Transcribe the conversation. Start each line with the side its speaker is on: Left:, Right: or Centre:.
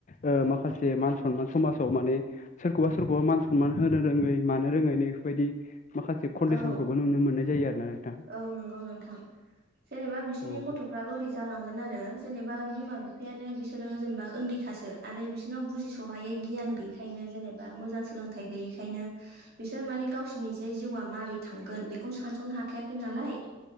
Left: ओ माखासे मान सनमान समाजाव माने सोरखौबा सोरखौबा मान सनमा मान होनो रोङै मानो रोङै नैफोरबायदि माखासे कन्डिसनखौबो
Right: औ
Left: नुनो मोननाय जायो आरो ना नोंथां
Right: औ नंगौ नोंथां जेनेबा बिसोरनि
Left: औ
Right: गथ'फ्राबो ओरै जालांगोन आरो जेनेबा बिमा बिफायानो बिसोरो जेनेबा उन्दैखासो आरो बिस ओरनाव बुजिस'हायै गियान गैयैखायनो जेनेबा मोजां सोलोंथाइ गैयैखायनो बिसोर माने गावसिनि जे जिउआ मारै थांगोन बेखौनो सानस'नो हाखायाखै नालाय